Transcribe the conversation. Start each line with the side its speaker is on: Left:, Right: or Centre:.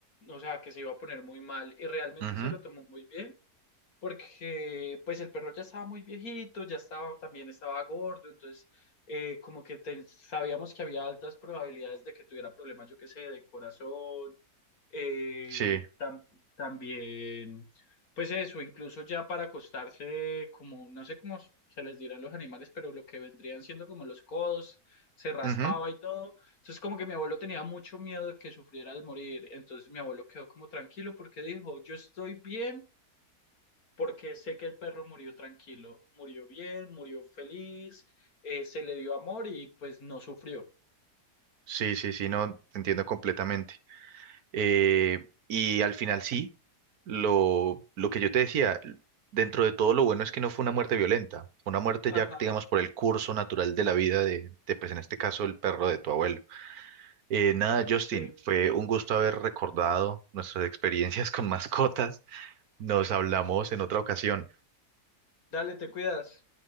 Left: o sea, que se iba a poner muy mal y realmente
Right: Ujú,
Left: se lo tomó muy bien porque pues el perro ya estaba muy viejito, ya estaba, también estaba gordo, entonces eh, como que te- sabíamos que había altas probabilidades de que tuviera problemas, yo qué sé, de corazón, eh,
Right: sí,
Left: tam- también, pues eso, incluso ya para acostarse, como, no sé cómo se les dirán los animales, pero lo que vendrían siendo como los codos, se raspaba
Right: ujú,
Left: y todo, entonces como que mi abuelo tenía mucho miedo de que sufriera al morir, entonces mi abuelo quedó como tranquilo porque dijo, yo estoy bien porque sé que el perro murió tranquilo, murió bien, murió feliz, eh, se le dio amor y pues no sufrió.
Right: sí, sí, sí, no, te entiendo completamente. Eh, y al final sí, lo, lo que yo te decía, dentro de todo lo bueno es que no fue una muerte violenta, fue una muerte
Left: Ajá,
Right: ya, digamos, por el curso natural de la vida de, de, pues en este caso, el perro de tu abuelo. Eh, nada, Justin,
Left: sí.
Right: fue un gusto haber recordado nuestras experiencias <laughs> con mascotas. Nos hablamos en otra ocasión.
Left: Dale, te cuidas.